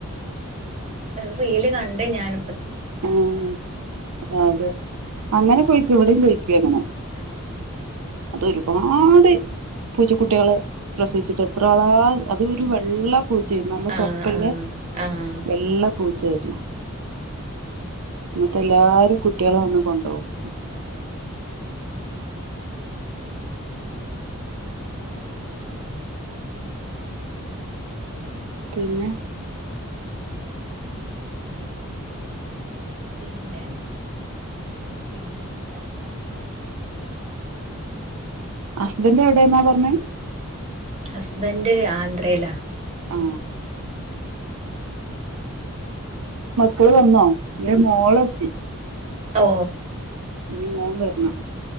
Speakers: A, on the right; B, on the right.
A: അ റീല് കണ്ടേ ഞാൻ
B: ആഹ് അതെ അങ്ങനെ പോയി ഇവിടെം പൊയ്ക്ക അങ്ങനെ
A: ആഹ്
B: അതൊരുപാട് പൂച്ചക്കുട്ടികളെ പ്രസവിച്ചിട്ട് എത്ര ആളാ അതൊരു വെള്ള പൂച്ചയ്നു നല്ല
A: ആഹ്
B: തൊപ്പല്ല
A: ആഹ് ആഹ്
B: വെള്ള പൂച്ച <unintelligible> എന്നിട്ട് എല്ലാരും കുട്ടികളെ വന്ന് കൊണ്ട് പോകും
A: ആഹ് ഉം
B: പിന്നെ
A: പിന്നെ പിന്നെപ്പോ എന്താ
B: ഹസ്ബൻറ് എവിടെെന്നാ പറഞ്ഞ
A: ഹസ്ബന്ഡ് ആന്ധ്രയിലാ
B: ആ മക്കള് വന്നോ ന്റെ മോളെത്തി.
A: ഓ
B: ഇ മോൻ വരണം.